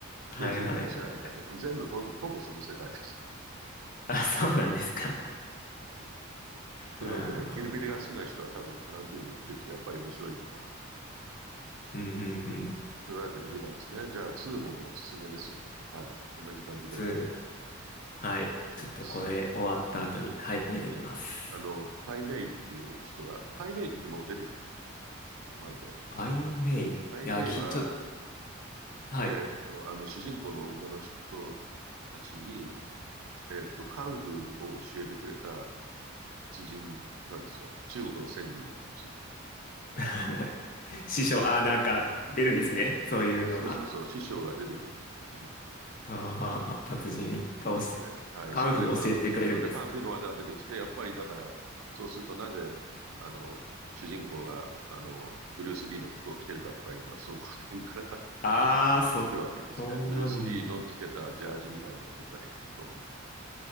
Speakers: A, on the left (about 40°); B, on the right (about 80°).
A: はいはいはい。
B: で銃で撃ち合うみたいなのも、全部ほぼ、ほぼその世界です。
A: あ、そうなんですか。
B: というわけで、
A: <laughs> ああ、
B: キルビルが好きな人は多分タランティーノを追っていくとやっぱり面白いんだと思う。
A: うんうんうん。
B: というわけで見たんですね。じゃあ、2もおすすめですよ。はい。同じ感じでどんどん
A: 2。はい。
B: 押し込んで進んで。
A: ちょっとこれ終わった後に、はい、見てみます。
B: はい。あの、パイメイっていう人が、パイメイってもう出てきたんで、
A: アイメイ。いや、
B: パイメイは、
A: き、ちょっと、はい。
B: えーっと、あの、主人公の女の人たちに、えーっと、カンフーを教えてくれた達人なんですよ。中国の仙人みたいな人で。
A: <laughs> はい師匠、あ、なんか出るんですね。そういうのが。
B: そうそうそう、師匠が出てくるの。う
A: あーはーはー達人が教え、
B: ええはい。
A: カンフー教えてくれるんです。
B: そこでカン、またカンフーの技が出てきて、やっぱりだから、そうするとなぜ、あの、主人公が、あの、ブルース・リーの服を着てるかとかいうのは、そこら辺から <laughs>
A: ああ、
B: 来てるわけですね。
A: そこなんで。
B: ブルース・リーの着てたジャージみたいのをどっかで着ると思うんだけど、